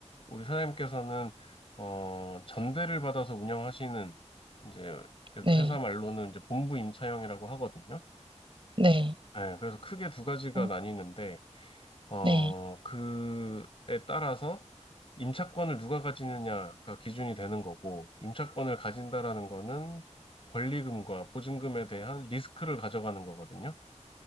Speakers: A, on the left (about 50°); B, on the right (about 45°).
A: 우리 사장님께서는 어, 전대를 받아서 운영하시는 이제 여기
B: 네,
A: 회사 말로는 이제 본부 임차형이라고 하거든요.
B: 네.
A: 네, 그래서 크게 두 가지가
B: 어,
A: 나뉘는데 어,
B: 네.
A: 그에 따라서 임차권을 누가 가지느냐가 기준이 되는 거고 임차권을 가진다라는 거는 권리금과 보증금에 대한 리스크를 가져가는 거거든요.